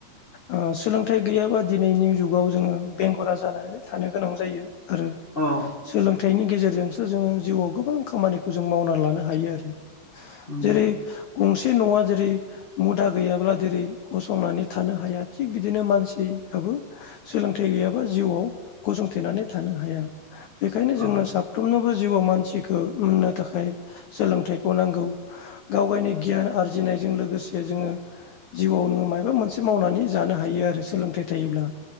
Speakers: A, on the left (about 80°); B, on the left (about 30°).
A: ओ सोलोंथाइ गैयाबा दिनैनि जुगाव जोङो बेंगुरा जानानै थानो गोनां जायो। आरो
B: औ
A: सोलोंथाइनि गेजेर जोंसो जोङो जिउआव गोबां खामानिखौ जों मावनानै लानो हायो आरो
B: नंगौ
A: जेरै गंसे न'आ जेरै मुदा गैयाब्ला जेरै गसंनानै थानो हाया थिग बिदिनो मानसियाबो सोलोंथाइ गैयाबा जिउआव गसंथेनानै थानो हाया बेखायनो जोंनो
B: औ
A: सा फ्रोमनोबो जिउआव मानसिखौ मोननो थाखाय सोलोंथाइखौ नांगौ। गाव गायनि गियान आरजिनायजों लोगोसे जोङो जिउआव नोङो मायबा मोनसे मावनानै जानो हायो आरो सोलोंथाइ थायोब्ला।